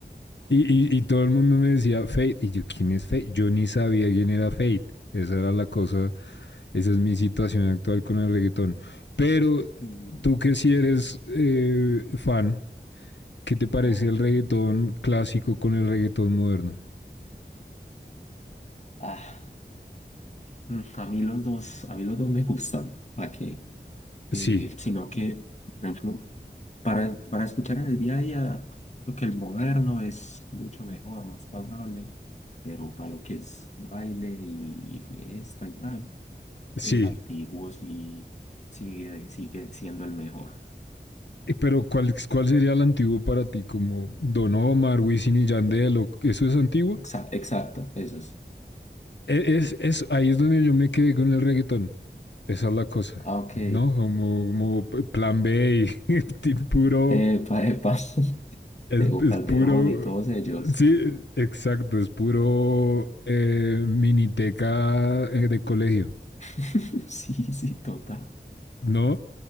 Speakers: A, on the left; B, on the left.
A: Y, y, y todo el mundo me decía Fate. Y yo, ¿quién es Fate? Yo ni sabía quién era Fate. Esa era la cosa, esa es mi situación actual con el reggaetón. Pero
B: Mm,
A: tú que si sí eres eh, fan, ¿qué te parece
B: ajá.
A: el reggaetón clásico con el reggaetón moderno?
B: Ah, mm, a mí los dos, a mí los dos me gustan. ¿Para qué? Eh,
A: Sí,
B: sino que, por ejemplo, para, para escuchar en el día a día, lo que el moderno es mucho mejor, más pasable, pero para lo que es baile y, y fiesta y tal,
A: sí.
B: el antiguo sí sigue, sigue siendo el mejor.
A: Eh, Pero ¿cuál, cuál sería el antiguo para ti? ¿Como Don Omar, Wisin y Yandel? O, ¿Eso es antiguo?
B: Exa- Exacto, esos.
A: e, Es, es- ahí es donde yo me quedé con el reggaetón. Esa es la cosa,
B: Ah, ok.
A: ¿no? Como, como plan B y, <laughs> ti- puro,
B: Epa, epa. <laughs>
A: es,
B: Tego
A: es
B: Calderón
A: puro,
B: y todos ellos.
A: sí, exacto, es puro eh, miniteca eh, de colegio,
B: <laughs> Sí, sí, total.
A: ¿no?